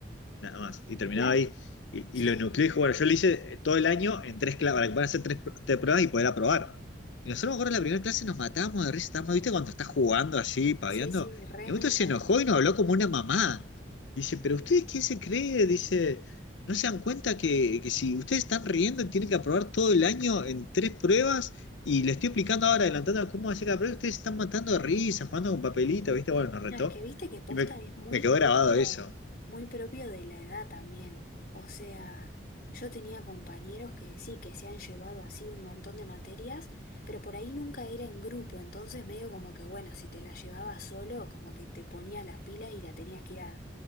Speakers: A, on the left (about 80°); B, on the left (about 55°).
A: nada más. Y terminaba
B: claro,
A: ahí. Y,
B: sí.
A: y lo nucleé y dije, bueno, yo lo hice todo el año en tres clases, para que puedan hacer tres, pr- tres pruebas y poder aprobar. Y nosotros, me acuerdo, en la primera clase nos matábamos de risa, estábamos, ¿viste? Cuando estás jugando así, paviando.
B: Sí, sí, re
A: Y
B: en
A: un momento
B: una.
A: se enojó y nos habló como una mamá. Dice, ¿pero ustedes quién se cree? Dice, ¿no se dan cuenta que, que si ustedes están riendo tienen que aprobar todo el año en tres pruebas? Y le estoy explicando ahora, adelantando cómo hacer cada prueba, ustedes se están matando de risa, jugando con papelito, ¿viste? Bueno, nos retó.
B: No, es que viste que posta
A: Y me,
B: es muy
A: me quedó
B: propio,
A: grabado eso.
B: muy propio de la edad también. O sea, yo tenía compañeros que sí, que se han llevado así un montón de materias, pero por ahí nunca era en grupo, entonces medio como que, bueno, si te la llevabas solo, como que te ponía la pila y la tenías que ir a,